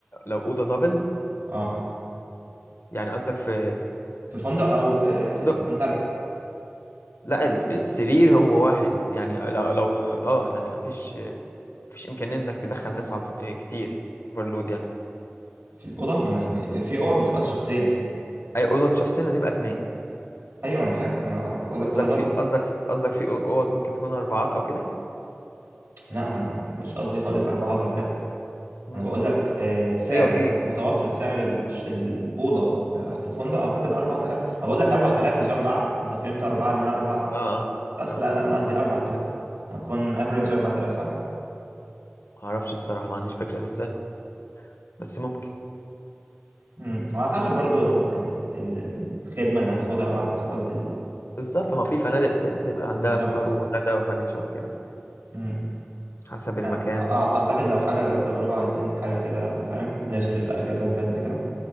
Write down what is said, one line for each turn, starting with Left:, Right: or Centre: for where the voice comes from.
Left: لو أوضة دبل
Right: اه
Left: يعني قصدك في
Right: في فندق او في
Left: فندق
Right: منتجع
Left: لا ال- السرير هو واحد يعني لو لو اه يعني مفيش مفيش امكانيه انك تدخل ناس على الف- آه، كتير اوفرلود يعني
Right: في الاوضه ما انا ف- في اوض بتبقى لشخصين
Left: اي اوضه شخصين هتبقى اتنين
Right: ايوه ما انا فاهم ما انا اقول
Left: قصدك
Right: لك اوضه دبل
Left: في قصدك قصدك في اوض ممكن تكون اربعات او كده
Right: لا انا ما مش قصدي خالص اربعات او كده
Left: امم
Right: انا بقول لك آه، سعر
Left: ايوه في في.
Right: متوسط سعر ال- الاوضه آه، في فندق اعتقد 4000 انا بقول لك 4000 مش 4 انت فهمت 4 انها 4
Left: اه اه
Right: بس
Left: اه
Right: لا لا انا قصدي 4000 هتكون افريج 4000 صح
Left: معرفش الصراحه ما عنديش فكره لسه بس ممكن
Right: امم وعلى حسب برضو يعني ال- ال- الخدمه اللي هتاخدها او على حسب قصدي ال-
Left: بالظبط ما في فنادق بت- بتبقى عندها
Right: بالظبط
Left: فطار وغدا وحاجات شبه كده
Right: امم
Left: حسب المكان
Right: آه، أع-
Left: برضه
Right: اعتقد لو حاجه لو تجربه عايزين حاجه كده فاهم نفصل بقى اجازه بجد كده